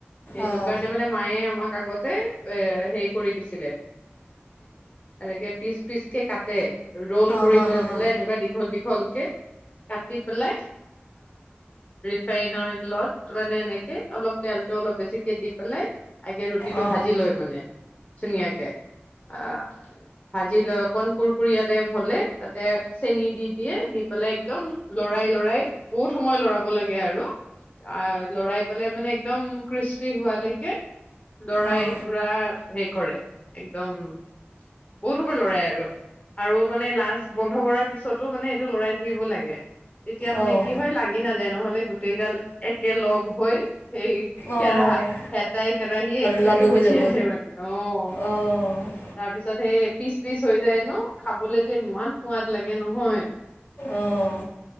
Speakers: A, on the left; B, on the left.
A: সেইটো
B: অঁ
A: কাৰণে মানে মায়ে আমাক। আগতে এ সেই কৰি দিছিলে। এনেকে পিচ পিচ কে কাটে। ৰল
B: অঁ
A: কৰি
B: হ
A: লৈ
B: হ হ
A: পেলাই
B: অঁ
A: এনেকুৱা দীঘল দীঘলকে কাটি পেলাই। াইন অইলত মানে এনেকে অলপ তেলটো অলপ বেছিকে <unintelligible> দি পেলাই আগে ৰুটিটো
B: অঁ অঁ
A: ভাজি লৈ মানে ধুনীয়াকে। অ ভাজি ল অকণ কোৰ <unintelligible> কুৰয়াতে ভলে <unintelligible> তাতে চেনি দি দিয়ে। একদম লৰাই লৰাই বহুত সময় লৰাব লাগে আৰু। আ লৰাই পেলাই মানে। একদম ক্ৰিস্পি হোৱালৈকে। লৰাই
B: অঁ
A: পুৰা হে। কৰে একদম বহুত সময় লৰাই আৰু আৰু মানে লাজ বন্ধ কৰাৰ পিছতো মানে সটো লৰাই থাকিব লাগে। তেতিয়া মানে
B: অঁ অঁ
A: কি হয় লাগি নাযাই যায় নহলে গোটেই গাল একেল লগ হৈ সেই
B: অঁ
A: কেৰাহা হেতাই। কেৰাহী একেলগে
B: লাডু হৈ
A: উঠি
B: যাব
A: আহে মানে অঁ।
B: অঁ
A: তাৰপিছত পিচ পিচ হৈ যায় ন খাবলৈ যে ইমান সোৱাদ লাগে নহয়।
B: অঁ